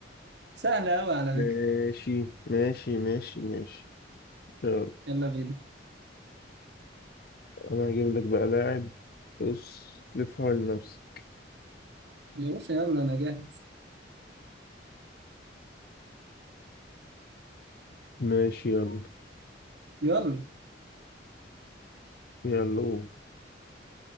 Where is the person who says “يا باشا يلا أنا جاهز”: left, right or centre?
Right